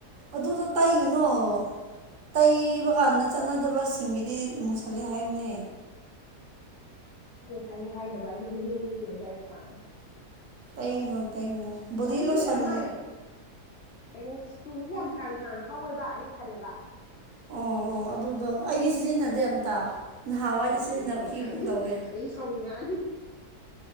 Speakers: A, on the right; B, on the left.
A: ꯑꯗꯨꯗꯣ ꯇꯩꯒꯅꯣ ꯇꯩꯕ ꯀꯥꯟꯗ ꯆꯥꯟꯅꯗꯕꯁꯤꯡꯒꯤꯗꯤ ꯃꯨꯁꯜꯂꯦ ꯍꯥꯏꯕꯅꯦ
B: ꯉꯁꯥꯏꯒꯤ ꯍꯥꯏꯗꯕ ꯑꯩꯗꯤ ꯆꯍꯤ ꯑꯅꯤ ꯁꯨꯔꯦ ꯇꯩꯔꯛꯄ
A: ꯇꯩꯒꯅꯣ ꯇꯩꯒꯅꯣ ꯕꯣꯗꯤ
B: ꯑꯗꯨꯒꯤ
A: ꯂꯣꯁꯟ
B: ꯑꯣꯏꯔ ꯃꯥꯜꯂꯦ ꯀꯩꯅꯣ ꯇꯨꯁꯨ ꯌꯥꯝ ꯁꯥꯡ ꯁꯥꯡꯅ ꯍꯧꯋꯦꯕ ꯑꯩꯅ ꯈꯜꯂꯦꯕ
A: ꯑꯣ ꯑꯣ ꯑꯗꯨꯗꯣ ꯑꯩꯗꯤ ꯁꯤꯖꯤꯟꯅꯗꯦ ꯑꯝꯇ ꯅꯍꯥꯟꯋꯥꯏꯗꯤ
B: ꯑꯦ
A: ꯁꯤꯖꯤꯟꯅꯈꯤꯒꯨꯝ
B: ꯑꯩ ꯁꯥꯎꯅꯤꯡꯉꯛꯑꯅꯤ
A: ꯇꯧꯋꯦ
B: ꯑꯩ ꯁꯥꯎꯅꯤꯡꯉꯛꯑꯅꯤ